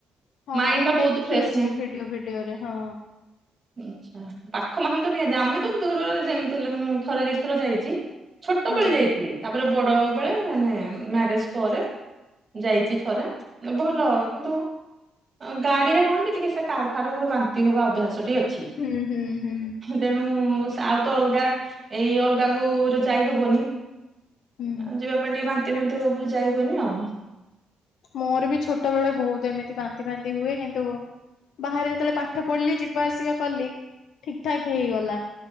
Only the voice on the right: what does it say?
ମାଇଣ୍ଡ
ଟା ବହୁତ
ଫ୍ରେଶ
ଆଛା ପାଖ ମାନ ତ ନିହା ଆମେ ତ ଦୂରରେ ଯେମିତିଲେ ମୁଁ ଥରେ ଦିଥର ଯାଇଛି। ଛୋଟବେେଳେ
ଯାଇଥିଲି ତାପରେ ବଡ ବେଳେ ମାନେ ମ୍ୟାରେଜ ପରେ ଯାଇଛି ଥରେ ଭଲ କିନ୍ତୁ ଗାଡିରେ କଣ କି ଟିକେ ସେ କାର ଫାରମୁ ବାନ୍ତି ହବା ଅଭ୍ୟାସ ଟିେ ଅଛି।
ତେଣୁ ସାଉଥ ଅଲଗା ଏଇ ଅଲଗା କୋରେ ଯାଇ ହବନି।
ଆ ଯିବା ପାଇଁ ଟିକେ ବାନ୍ତି ଫାନ୍ତି ହବ ବୋଲି ଯାଇ ହୁଏନି ଆଉ।